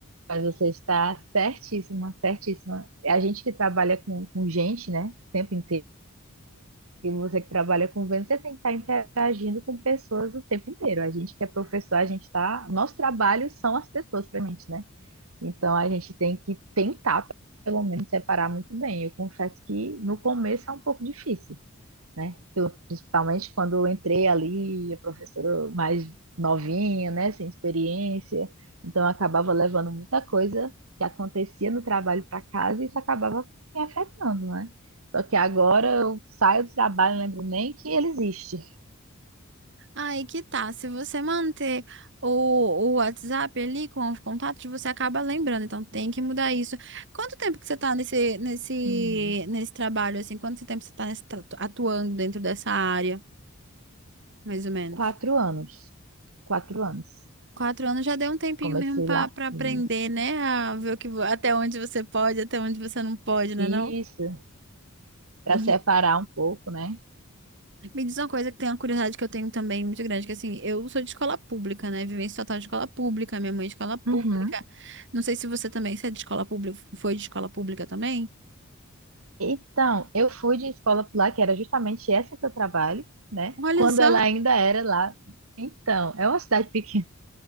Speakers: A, on the right; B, on the right.
A: Mas você está certíssima, certíssima. É A gente que trabalha com, com gente, né, o tempo inteiro, e você que trabalha com venda, você tem que estar interagindo com pessoas o tempo inteiro. A gente que é professor, a gente está. Nosso trabalho são as pessoas pra gente, né? Então a gente tem que tentar, pelo menos, separar muito bem. Eu confesso que no começo é um pouco difícil. né? Eu, principalmente quando eu entrei ali, a professora mais novinha, né, sem experiência, então eu acabava levando muita coisa que acontecia no trabalho para casa e isso acabava me afetando, né? Só que agora eu saio do trabalho, não lembro nem que ele existe.
B: Aí que tá, se você manter o, o WhatsApp ali com os contatos, você acaba lembrando, então tem que mudar isso. Quanto tempo que você tá nesse, nesse,
A: Uhum.
B: nesse trabalho, assim, quanto tempo você tá nesse tra- atuando dentro dessa área, mais ou menos?
A: Quatro anos, quatro anos.
B: Quatro anos já deu um tempinho
A: Comecei
B: mesmo pra
A: lá.
B: para aprender,
A: Isso,
B: né? A ver o que, vo- até onde você pode, até onde você não pode, né,
A: Isso.
B: não?
A: para
B: E
A: separar um pouco, né?
B: me diz uma coisa que tem uma curiosidade que eu tenho também muito grande, que assim, eu sou de escola pública, né? Vivência total de escola pública, minha mãe de escola pública.
A: Uhum.
B: Não sei se você também, você é de escola pública, foi de escola pública também?
A: Então, eu fui de escola pular, que era justamente essa que eu trabalho, né?
B: Olha
A: Quando
B: só,
A: ela ainda era lá. Então, é uma cidade pequena.